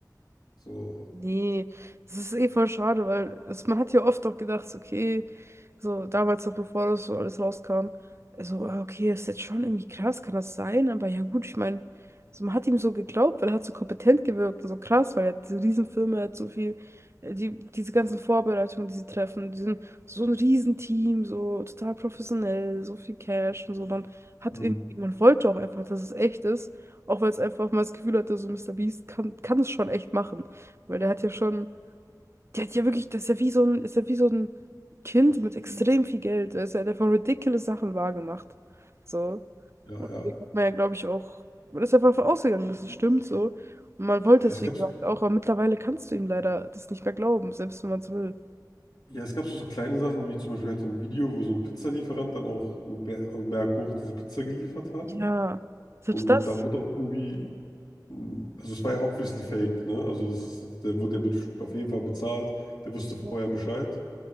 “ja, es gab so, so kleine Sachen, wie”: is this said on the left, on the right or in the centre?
Left